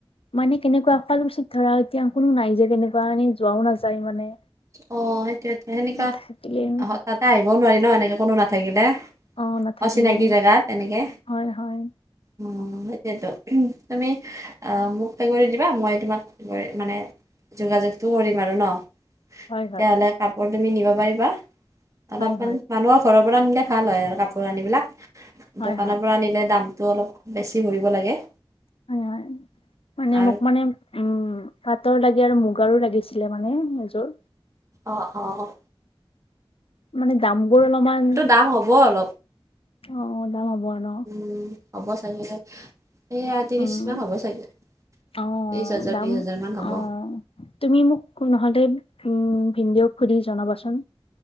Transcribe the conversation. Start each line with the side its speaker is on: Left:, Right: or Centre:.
Left: মানে কেনেকুৱা শুৱালকুছিত ধৰা এতিয়া কোনো নাই যে তেনেকুৱা এনেই যোৱাও নাযায় মানে
Right: অ সেইটো সেনেকুৱা
Left: নাথাকিলে
Right: তাতে আহিবও নোৱাৰি ন এনেকে কোনো নাথাকিলে
Left: অ নাথাকিলে
Right: অচিনাকি জেগাত তেনেকে
Left: হয় হয়
Right: অ সেইটোয়েতো তুমি আহ মোক সে কৰি দিবা মই তোমাক কৰি মানে যোগাযোগতটো কৰিম আৰু ন
Left: হয় হয়
Right: তেতিয়াহ'লে
Left: হয়।
Right: কাপোৰ তুমি নিব পাৰিবা অলপমান
Left: হয় হয়
Right: মানুহৰ ঘৰৰ আনিলে ভাল হয় আৰু কাপোৰ আনিবিলাক
Left: হয়
Right: দোকানৰ
Left: হয়
Right: পৰা আনিলে দামতটো অলপ বেছি ভৰিব লাগে।
Left: হয় হয় মানে
Right: আৰু
Left: মোক মানে উম পাতৰ লাগি আৰু মুগাৰো লাগিছিলে মানে এযোৰ
Right: অঁ অঁ
Left: মানে দাম বোৰ অলপমান
Right: দাম হ'ব অলপ
Left: অ দাম হ'ব ন
Right: উম হ'ব চাগে এইয়া ত্ৰিছ
Left: উম
Right: মান হ'ব চাগে
Left: অ
Right: ত্ৰিশ হাজাৰ
Left: দাম
Right: ত্ৰিশ হাজাৰ মান হ'ব
Left: অ তুমি মোক নহ'লে উম ভিন্দওক সুধি জনাবাচোন।